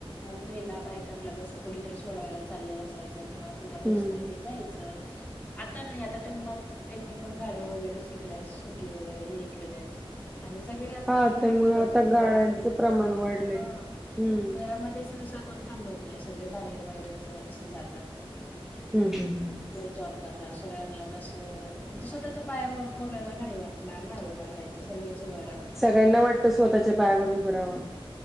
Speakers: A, on the left; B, in the centre.
A: महिला, बायकांला, कसं कोणीतरी सोडायला चाललेलं असायचं. किंवा आपिता बसने
B: हम्म
A: तेन जायचं. आता नाही, आता त्यांनाला त्यांनी पण गाड्या वगैरे शिकल्या स्कुटी वगैरे हे केल्या. आणि सगळे आजकाल
B: हा
A: बाहेरच
B: त्यामुळं
A: पडतात,
B: आता गाड्यांचं
A: घरामध्ये कोण
B: प्रमाण वाढलंय.
A: ह
B: हम्म
A: घरामध्ये सहसा कोण थांबत नाही. नाही सगळे बाहेर बाहेरच अस जातात,
B: हम्म हम्म हम्म
A: जॉब करतात. सगळ्यालाच असं, म्हणजे स्वतःच्या पायावर कोणाला नाही वाटणार ना, उभं राहायच सगळच उभा
B: सगळ्यांना वाटतं स्वतःच्या पायावर उभं राहावं.